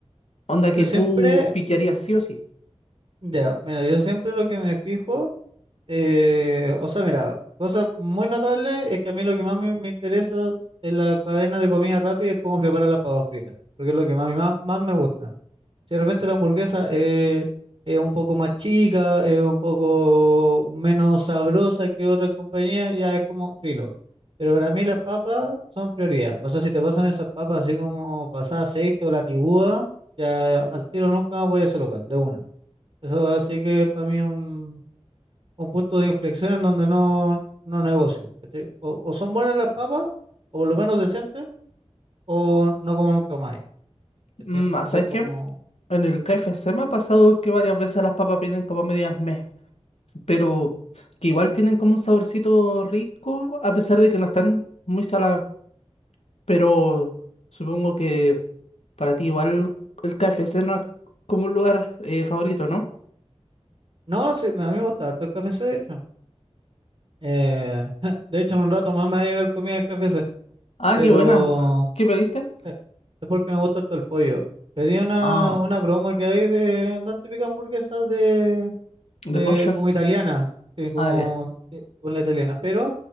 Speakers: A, on the left; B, on the right.
A: Onda que
B: Yo siempre,
A: tú piquearías sí o sí.
B: ya, mira, yo siempre lo que me fijo, eh, o sea, mira, cosa muy notable es que a mí lo que más me, me interesa en la cadena de comida rápida es cómo preparar la papa frita, porque es lo que más, más, más me gusta. Si de repente la hamburguesa eh, es un poco más chica, es un poco menos sabrosa que otra compañía, ya es como filo. Pero para mí las papas son prioridad. O sea, si te pasan esas papas así como pasada aceite o latiguda, ya al tiro nunca más voy a ese local, de una. Eso así que para mí un, un punto de inflexión en donde no, no negocio. ¿cachai? O, o son buenas las papas, o por lo menos decentes, o no como nunca más.
A: Mm,
B: ¿cachai?
A: ah,
B: Eso
A: ¿sabes
B: es
A: qué?
B: como
A: En el KFC me ha pasado que varias veces las papas vienen como medias meh, pero que igual tienen como un saborcito rico, a pesar de que no están muy saladas. Pero supongo que para ti igual el KFC no es como un lugar eh, favorito, ¿no?
B: No, sí, a mí me gusta harto el KFC, de hecho. Eh, <laughs> de hecho, en un rato más me va a llegar comida del KFC,
A: Ah,
B: pero
A: qué buena. ¿Qué pediste?
B: eh, es porque me gusta harto el pollo. Pedí una,
A: Ah,
B: una broma que hay de las típicas hamburguesas de, de
A: de pollo.
B: como italiana, sí, como
A: Ah, ya.
B: eh, con la italiana, pero